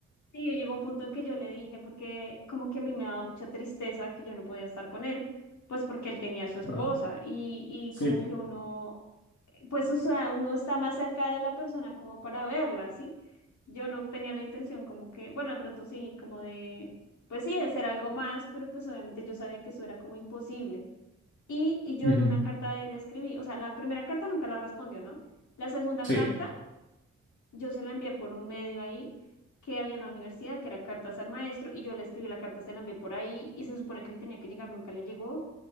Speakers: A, on the left; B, on the left.
A: sí, llegó un punto en que yo le dije, porque como que a mí me daba mucha tristeza que yo no podía estar con él, pues porque él tenía a su esposa
B: Claro.
A: y, y
B: Sí,
A: como
B: po.
A: que uno pues, o sea, uno está más cerca de la persona como para verla, ¿sí? Yo no tenía la intención como que, bueno, de pronto sí, como de, pues sí, de ser algo más, pero pues obviamente yo sabía que eso era como imposible. Y, y yo
B: Ujú.
A: en una carta de él le escribí, o sea, la primera carta nunca la respondió, ¿no? La segunda
B: Sí,
A: carta yo se la envié por un medio ahí que había en la universidad, que era cartas al maestro, y yo le escribí la carta, se la envié por ahí, y se supone que él tenía que llegar, nunca le llegó,